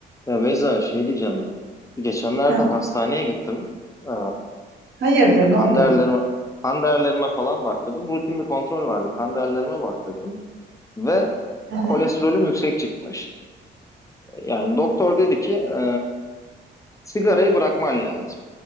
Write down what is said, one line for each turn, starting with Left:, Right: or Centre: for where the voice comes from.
Left: Ya Beyza şey diyeceğim. Geçenlerde
Right: Heh,
Left: hastaneye gittim. Ee,
Right: hayırdır,
Left: işte kan
Right: ne oldu?
Left: değerlerime, kan değerlerime falan baktırdım. Rutin bir kontrol vardı. Kan değerlerime baktırdım. Ve
Right: Hı hı.
Left: kolesterolüm yüksek çıkmış. Yani doktor dedi ki e, sigarayı bırakman lazım.